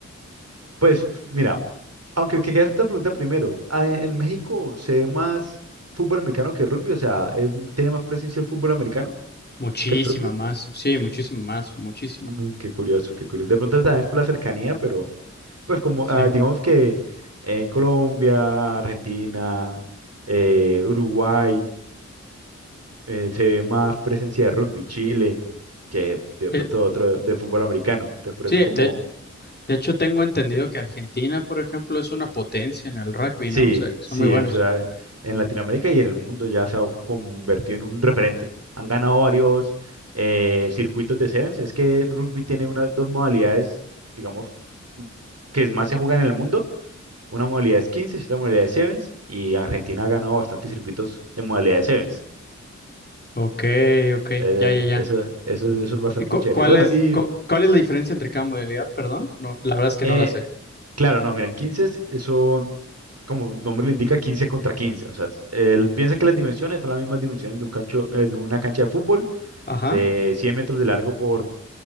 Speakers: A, on the right; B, on the left.
A: Pues, f- mira, aunque que quieras hacer una pregunta primero. ah, En en México se ve más fútbol americano que rugby, o sea, es- tiene más presencia el fútbol americano
B: Muchísima
A: que el rugby.
B: más, sí, muchísima más, muchísima.
A: Mm, Qué curioso, qué curioso. De pronto también es por la cercanía, pero pues como
B: Sí.
A: ah, digamos que en Colombia, Argentina, eh, Uruguay, eh, se ve más presencia de rugby, Chile, que de
B: Eh,
A: pronto otro de fútbol americano. Entonces por
B: sí,
A: eso como,
B: de, de hecho tengo entendido que Argentina, por ejemplo, es una potencia en el rugby,
A: sí,
B: ¿no? O sea, que son
A: sí,
B: muy buenos.
A: en, Sudá- en Latinoamérica y en el mundo ya se ha convertido en un referente. Han ganado varios eh, circuitos de sevens. Es que el rugby tiene una, dos modalidades, digamos, que más se juega en el mundo Una modalidad es 15 y otra modalidad es Sevens. Y Argentina ha ganado bastantes circuitos en modalidad de Sevens.
B: Ok, ok,
A: Eh,
B: ya, ya, ya.
A: eso, eso, eso es bastante
B: ¿Y cu-
A: chévere.
B: cuál
A: Bueno,
B: es,
A: y
B: cu- cuál es la diferencia entre cada modalidad? Perdón, no, la verdad es que
A: eh,
B: no la sé.
A: claro, no, miren, 15 son, como el nombre lo indica, 15 contra quince O sea, él piensa que las dimensiones son las mismas dimensiones de, un cancho, eh, de una cancha de fútbol
B: Ajá,
A: de 100 metros de largo por,